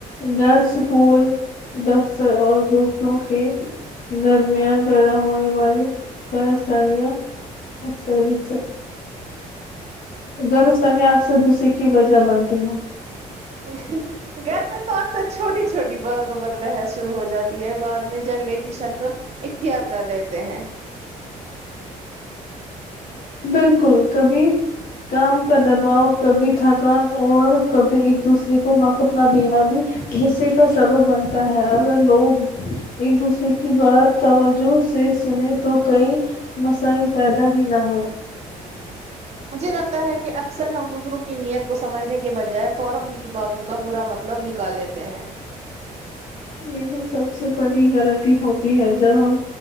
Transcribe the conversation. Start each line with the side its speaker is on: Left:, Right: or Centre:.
Left: غیر سکون دس اور دوسروں کے درمیان پیدا ہونے والی <unintelligible> ستانیا اکثر دکھ سک غلط فہمیاں اکثر غصے کی وجہ بنتی ہیں
Right: <unintelligible> گھر میں تو اکثر چھوٹی چھوٹی باتوں پر بحث شروع ہو جاتی ہے بعد میں جھگڑے کی شکل اختیار کر لیتے ہیں
Left: بالکل کبھی کام کا دباو کبھی تھکان اور کبھی ایک دوسرے کو وقت نہ دینا بھی غصے کا سبب بنتا ہے اگر لوگ ایک دوسرے کی بات توجہ سے سنے تو کئی مسائل پیدا ہی نہ ہو
Right: مجھے لگتا ہے کہ اکثر ہم دوسروں کی نیت کو سمجھنے کے بجائے فورا ان کی باتوں کا برا مط لب نکال لیتے ہیں
Left: یہ تو سب سے بڑی غلطی ہوتی ہے جب ہم